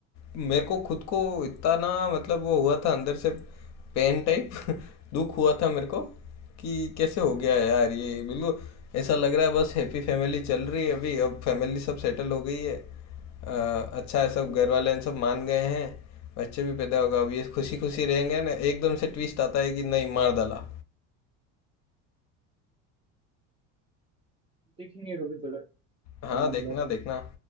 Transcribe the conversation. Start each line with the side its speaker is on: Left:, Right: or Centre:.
Left: मेरे को खुद को इतना ना मतलब वो हुआ था अंदर से पेन टाइप <laughs> दुख हुआ था मेरे को कि कैसे हो गया यार ये बिल्कुल ऐसा लग रहा है बस हैप्पी फैमिली चल रही है अभी अब फैमिली सब सेटल हो गई है अ, अच्छा है
Right: हम्म,
Left: सब घर वाले इन सब मान गए हैं बच्चे भी पैदा होगा अब ये खुशी खुशी रहेंगे ना एकदम से ट्विस्ट आता है कि नहीं मार डाला
Right: देखेंगे कभी धड़क
Left: हाँ
Right: टाइम
Left: देखना
Right: मिला तो
Left: देखना